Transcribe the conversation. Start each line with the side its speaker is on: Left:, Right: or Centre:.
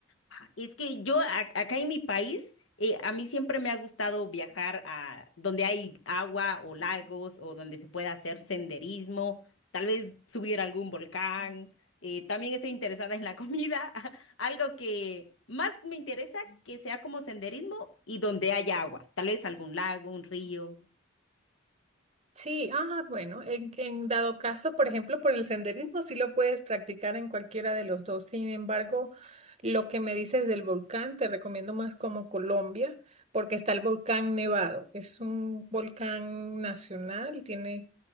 Left: Ajá, Es que yo a- acá en mi país, eh, a mí siempre me ha gustado viajar a donde hay agua o lagos o donde se pueda hacer senderismo, tal vez subir a algún volcán. Eh, también estoy interesada en la comida, <laughs> algo que más me interesa que sea como senderismo y donde haya agua, tal vez algún lago, un río.
Right: Sí, ah, bueno, en, en dado caso, por ejemplo, por el senderismo sí lo puedes practicar en cualquiera de los dos. Sin embargo, lo que me dices del volcán, te recomiendo más como Colombia, porque está el volcán Nevado. Es un volcán nacional, tiene